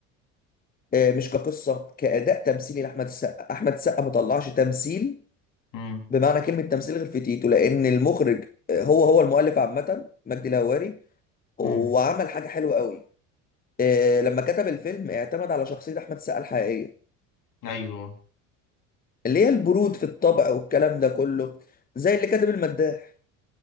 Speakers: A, on the left; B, on the left.
A: آه، مش كقصه كاداء تمثيلي لاحمد السقا احمد السقا ما طلعش تمثيل
B: امم
A: بمعنى كلمه تمثيل غير في تيتو لان المخرج آه، هو هو المؤلف عامه مجدي الهواري وعمل
B: امم
A: حاجه حلوه قوي آه، لما كتب الفيلم اعتمد على شخصيه احمد السقا الحقيقيه
B: ايوه
A: اللي هي البرود في الطبع والكلام ده كله زي اللي كاتب المداح